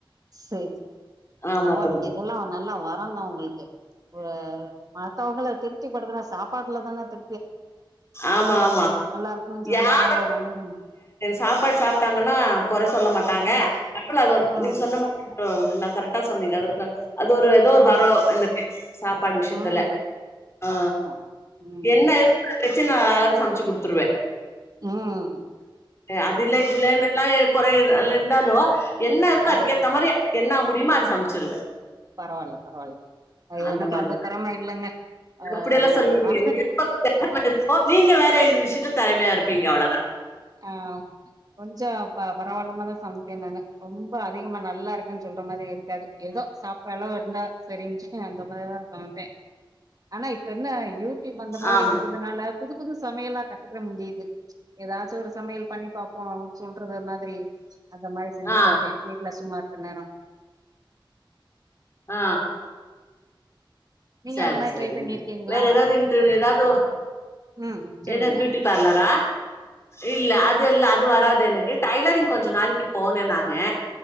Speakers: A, on the right; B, on the left.
A: செரி
B: ஆமா
A: பரவால்லங்க
B: தோழி
A: இதெல்லா நல்ல வரந்தா உங்களுக்கு ப்ப மத்தவங்கள திருப்திபடுத்துனா சாப் பாடுல தான அது
B: ஆமா ஆமா
A: இருக்குன்னு சொன்னாதான
B: யாரு <inaudible>
A: நம்மளுக்குன்னு
B: சாப்பாடு சாப்ட்டாங்கன்னா கொறை சொல்ல மாட்டாங்க
A: ம்
B: அதுல அது ஒரு
A: ம்
B: நீங்க சொன்ன மாரி அப்பறோ நா கரெக்டா சொன்னீங்க அதற்கு அது ஒரு ஏதோ ஒரு
A: ம்
B: வரோ எனக்கு சாப்பாடு விஷயத்துல
A: ம்
B: ஆ
A: கரெக்ட்டு தா ம்
B: என்ன இருக் பிரச்சனை நா அழகா சமைச்சி குடுத்துருவே
A: ம்
B: அது
A: சரி
B: இல்ல இது இல்லன்னு என்ன கொற அதுல இருந்தாலு என்ன இருக்கோ
A: ஆ
B: அதுக்கேத்த மாரி என்ன முடியுமோ அத
A: ம்
B: சமச்சிருவே
A: பரவால்ல பரவால்ல
B: அந்த
A: எனக்கு
B: மாரிதா
A: திறம இல்லங்க ஆ
B: இப்டியெல்லா சொல்லாதீங்க
A: நா
B: என்னய பாத் <unintelligible> நீங்க வேற இந்த விஷ்யத்து தெறய்மையா இருப்பீங்க அவ்ளதா
A: அவ் கொஞ்சோ பாக் பரவால்லாமதா சம்ட்டேனாங்க ரொம்ப அதிகமா நல்லா இருக்குன் சொல்ற மாதியே இர் காது எதோ சாப்றல்லவர் இந்தா சரின்ச்சு அந்த மாய்தா சமப்பே ஆனாய் பென்ன யூட்யூப் அந்த மாதிரி
B: ஆம்
A: வந்ததுனால புது புது சமையலா கத்துக்குட முடித் து ஏதாச்சொரு சமையல் பண்ணி பாப்போ சொல்றது மாதிரி அந்த மாரி செஞ்சு
B: ஆ
A: பாாப்பே வீட்ல சுமார் என்நேரு
B: ஆ
A: நீங்க
B: சரி
A: அந்த மாரி
B: சரிங்க
A: ட்ரை பண்ணிருக்கீங்களா
B: வேற ஏதாவ் இன்டர்வி ஏதாதோ
A: ம் சொல்லுங்க
B: என்னத் ப்யூட்டி பார்லரா இல்ல அத் இத்இல்ல அது வராது எனுக்கு டைலரிங் கொஞ்சு நாளிக்கு போனே நானே